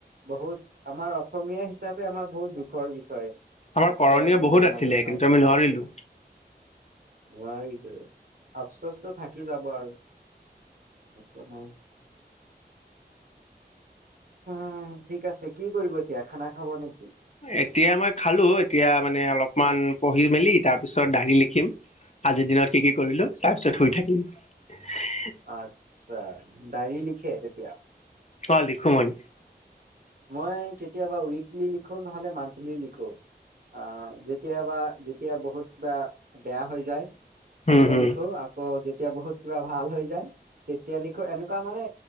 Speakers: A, on the right; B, on the left.
A: বহুত আমাৰ অসমীয়া হিচাপে আমাৰ বহুত দুখৰ বিষয়।
B: আমাৰ
A: তেখেতে
B: কৰণীয়
A: আজি আমাৰ
B: বহুত আছিলে
A: মাজত নাই।
B: কিন্তু আমি নোৱাৰিলো।
A: নোৱাৰিলে, আফচোচটো থাকি যাব আৰু। একো নাই। উম ঠিক আছে, কি কৰিব এতিয়া খানা খাব নেকি?
B: এতিয়া মই খালো, এতিয়া মানে অলপমান পঢ়ি মেলি তাৰ পিছত ডাইৰী লিখিম। আজিৰ দিনত কি কি কৰিলো
A: আচ্ছা
B: তাৰ পিছত শুই থাকিম <unintelligible>
A: আচ্ছা ডায়েৰী তেতিয়া
B: অ লিখো মই
A: মই কেতিয়াবা উইকলি লিখো নহলে মন্থলী লিখো অহ যেতিয়াবা যেতিয়া বহুত কিবা বেয়া হৈ যায় তেতিয়া
B: হম হম।
A: লিখো আকৌ যে যেতিয়া বহুত কিবা ভাল হৈ যায় তেতিয়া লিখো এনেকুৱা মানে